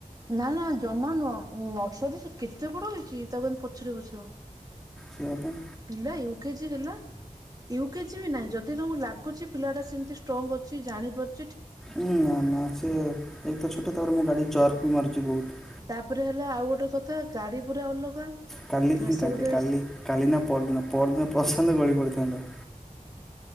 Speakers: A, on the right; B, in the centre.
A: ନା ନା ଜମା ନୁହଁ ନର୍ସରୀ ଶି କେତେ ବଡ ହେଇଚି ତା ବୋଲି ପଛରେ ବସିବ
B: ସେଇଆ ପାଇଁ
A: ପିଲା ୟୁ କେଜି ହେଲା ୟୁକେଜି ବି ନାଇଁ ଯଦି ତମକୁ ଲାଗୁଚି ପିଲାଟା ସେମିତି ଷ୍ଟ୍ରଙ୍ଗ ଅଛି ଜାଣିପାର
B: ଉଁ ନା ନା ସିଏ ଏକେତ ଛୋଟ ତାପରେ ମୋ ଗାଡ଼ି ଜର୍କ ମାରୁଚି ବୋହୁତ।
A: ତାପରେ ହେଲା ଆଉ ଗୋଟେ କଥା ଗାଡି ପୁରା ଅଲଗା।
B: କାଲି ହିଁ
A: ସେ
B: କାଲି
A: ଗୋଟେ
B: କାଲି କାଲି ନା ପଅରଦିନ ପଅରଦିନ ପ୍ରଶାନ୍ତ ଗଳି ପଡ଼ିଥାନ୍ତା।